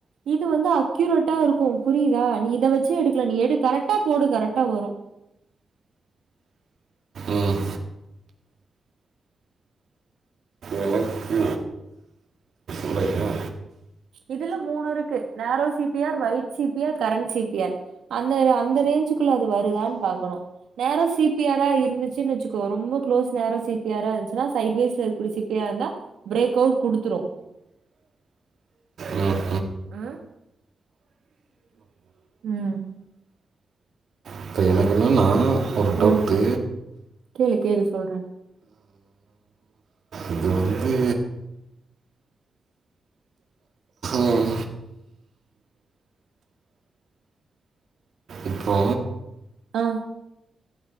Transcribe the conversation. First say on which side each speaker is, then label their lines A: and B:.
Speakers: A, on the right; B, on the right.
A: இது வந்து அஃ க்யூரட்டா இருக்கு புரியுதா நீ இத வெச்சு எடுக்லா நீ எடு கரெட்டா போடு கரெட்டா வரு
B: ம் எனக்கு இல்லையா?
A: இதுல மூ இருக்கு narrow C P R wide C P R current C P R அந்த அந்த ரேஞ்சுக்குள்ள அது வருதான்னு பாக்கணு நேரோ சி பி ஆர் இருந்துச்சுன்னு வச்சுக்கோ ரொம்ப குளோஸ் நேரோ சி பி ஆரா இருந்துச்சுன்னா சைட் வைஸ்ல இருக்கூடிய சி பி ஆர் இருந்தா பிரேக் அவுட் குடுத்துரு
B: ம்
A: ஆஹ் உம்
B: இப்போ எனக்கு என்னென்னா ஒரு டவுட்டு
A: ம் கேளு கேளு சொல்றே
B: இது வந்து உம் இப்போ
A: ஆஹ்